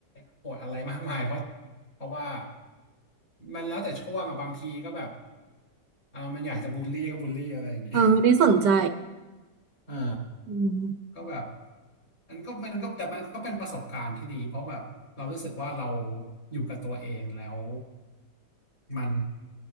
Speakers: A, on the left; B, on the right.
A: โกรธอะไรมากมายเพราะเพราะว่ามันแล้วแต่ช่วงอะบางทีก็แบบเออมันอยากจะบูลลี่ก็บูลลี่อะไรอย่างเงี้ย
B: ๆเออไม่ได้สนใจ
A: เออ
B: อืม
A: ก็แบบมันก็มันก็แต่มันก็เป็นประสบการณ์ที่ดีเพราะแบบเรารู้สึกว่าเราอยู่กับตัวเองแล้วมัน